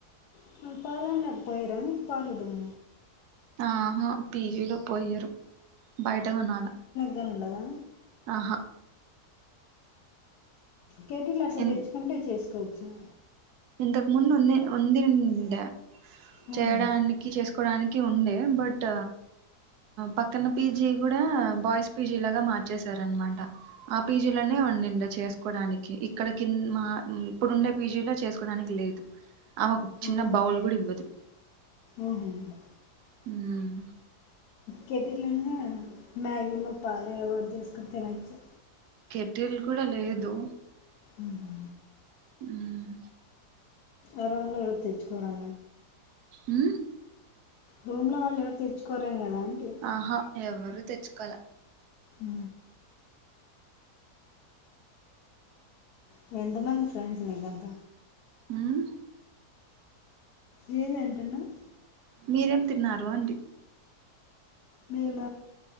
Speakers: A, on the left; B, on the right.
A: క్ పాలైన పోయిరా మీకు పాలు ఎప్పుడు
B: ఆహా పీజీలో పోయ్యారు బయటకు కోన్నాల
A: గన్ ఉండదా
B: ఆహా
A: కేెటీల్ అట్లా
B: ఇన్
A: తెచ్చుకుంటే చేసుకోవచ్ అ
B: ఇంతకు ముందు ఉనయ్ వంది వందింట
A: అవునా?
B: చేయడానికి చేసుకో కోడానికి ఉండే బట్ పక్కన పీజీ కూడా బాయ్స్ పీజీ లాగా మార్చేశార అనమాట ఆ పీజీలోనే ఉండిఉండే చే కోడానికి ఇక్కడ కింద ఇప్పుడుండే పీజీ లో చేసు కోడానికి లేదు ఆమెకు చిన్న
A: అవును.
B: బౌల్ కూడా ఇవ్వదు
A: అవునా?
B: ఉమ్
A: కెటీల్ ఉన్న మ్యాగీనో పాలో ఏదో ఓటి చేసుకుని తినచ్చు
B: కెటీల్ కూడా లేదు
A: ఉహు
B: మ్మ్
A: అరం ఎవరు తెచ్చుకోరా
B: మ్మ్
A: రూమ్ లో వాళ్ళు ఎవరు తెచ్చుకోరెమో కదా ఆంటీ
B: ఆహా ఎవరు ఎరు తెచ్చుకోల
A: అ హ ఎంతమంది ఫ్రెండ్స్ నికంత
B: మ్మ్
A: ఏమి ఏంటున్నావ్
B: మీరేం తిన్నారు అంటి
A: మేమ